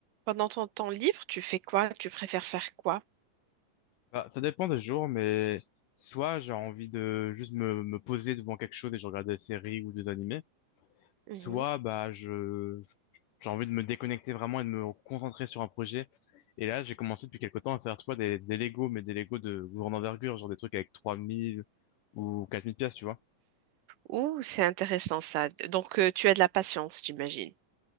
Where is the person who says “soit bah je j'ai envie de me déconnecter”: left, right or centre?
Left